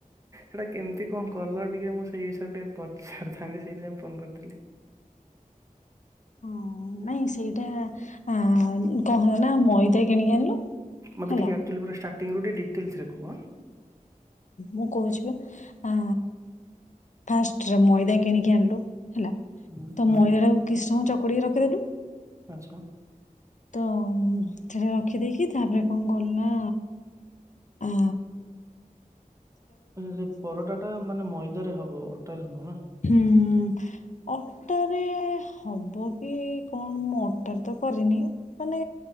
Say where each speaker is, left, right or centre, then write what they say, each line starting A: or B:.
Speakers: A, on the right (about 20°); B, on the left (about 60°).
A: ସେଟା କେମିତି କଣ କଲ ଟିକେ ମୁଁ ସେଇ ବିଷୟରେ ଟିକେ ପଚାରିଥାନ୍ତି ସେଇଥିପାଇଁ ଫୋନ କରିଥିଲି।
B: ହଁ ନାଇଁ ସେଇଟା ଆ କଣ ହେଲା ନା ମଇଦା କିଣିକି ଆଣିଲୁ।
A: ମତେ
B: ହେଲା
A: ଏକ୍ଟୁଲୀ ପୁରା ଷ୍ଟାର୍ଟ ଷ୍ଟାଟିଙ୍ଗ ରୁ ଟିକେ ଡିଟେଲସରେ କୁହ ଆଁ
B: ମୁଁ କହୁଛି ପା ଫାଷ୍ଟ ମଇଦା କିଣିକି ଆଣିଲୁ ହେଲା
A: ହୁଁ
B: ତ
A: ହୁଁ
B: ମଇଦା ଟାକୁ କିଛି ସମୟ ଚକୁଟିକି ରଖିଦେଲୁ।
A: ଆଚ୍ଛା
B: ତ ସେଟା ରଖିଦେଇକି ତାପରେ କଣ କଲୁ ନା ଆ
A: ସେ ପରଟା ଟା ମାନେ ମଇଦା ରେ ହବ୍ ଓ ଅଟାରେ ନୁହଁ ନା
B: ଉୁଁ ଅଟାରେ ହବ କି କଣ ମୁଁ ଅଟାରେ ତ କରିନି ମାନେ